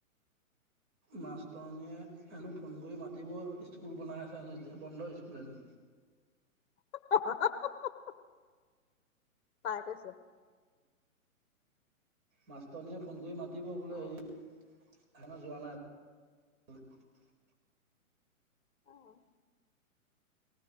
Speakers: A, on the right; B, on the left.
A: মাষ্টৰনীয়ে হেনো ফোন কৰি মাতিব স্কুল বনাই আছে হেনো বন্ধ স্কুল হেনো।
B: <unintelligible> তাই কৈছে।
A: মাষ্টৰনীয়ে ফোন কৰি মাতি মাতিব বোলে
B: অ
A: সেই সেইকাৰণে যোৱা নাই বোলে
B: অ'।